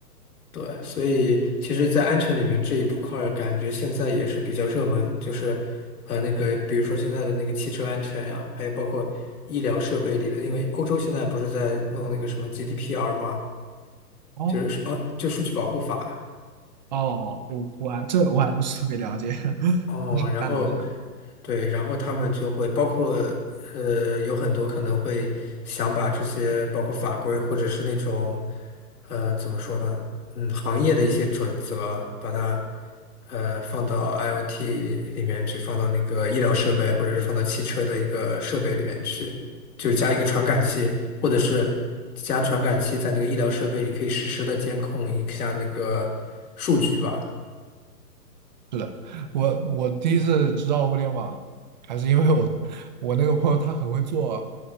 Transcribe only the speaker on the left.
对，所以其实，在安全里面这一块儿，感觉现在也是比较热门，就是呃，那个比如说现在的那个汽车安全呀，还有包括医疗设备里的，因为欧洲现在不是在弄那个什么 GDPR 嘛，
就是呃，就数据保护法，
哦，然后
对，然后他们就会包括呃，有很多可能会想把这些包括法规或者是那种呃怎么说呢，嗯，行业的一些准则，把它呃放到 IoT 里面去，放到那个医疗设备或者是放到汽车的一个设备里面去，就是加一个传感器，或者是加传感器在那个医疗设备里可以实时的监控一下那个数据吧。